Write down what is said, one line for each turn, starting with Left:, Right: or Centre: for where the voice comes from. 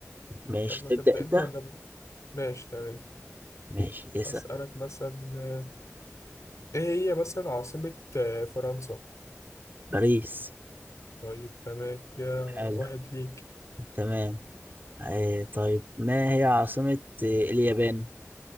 Right: ماشي
Left: يلا
Right: تبدا
Left: تبدأ
Right: انت
Left: أنت ولا أبدأ؟ ماشي تمام
Right: ماشي اسال
Left: أسألك مثلا آه، إيه هي مثلا عاصمة آه، فرنسا؟
Right: باريس
Left: طيب تمام كده
Right: حلو
Left: واحد ليك
Right: تمام إيه طيب ما هي عاصمة إيه، اليابان